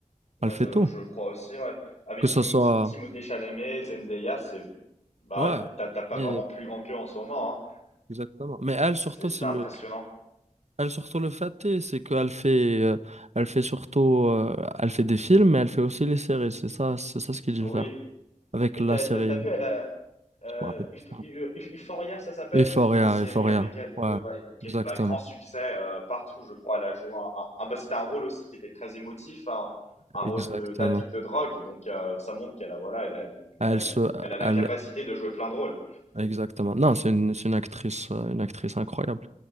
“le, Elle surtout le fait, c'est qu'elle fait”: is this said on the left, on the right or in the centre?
Right